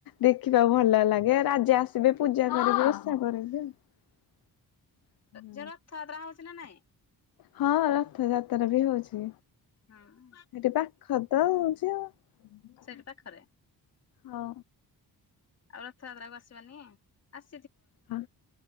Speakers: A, on the left; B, on the left.
A: ଦେଖିବା ଭଲ ଲାଗେ ରାଜା ଆସ୍ ଏବେ ପୂଜା କରିକି ଓଷା କରେ ଯେ ହୁଁ।
B: ଯୋଉ ରଥଯାତ୍ରା ହଉଛି ନା ନାଇଁ
A: ହଁ ରଥଯାତ୍ରା ବି ହୋଉଛି।
B: ହୁଁ
A: ଏଠି ପାଖତ ହୋଉଛି ଆଉ।
B: ସେଇଠି ପାଖରେ
A: ହଁ।
B: ଆଉ ରଥଯାତ୍ରାକୁ ଆସିବନି ଆସ୍
A: ଉଁ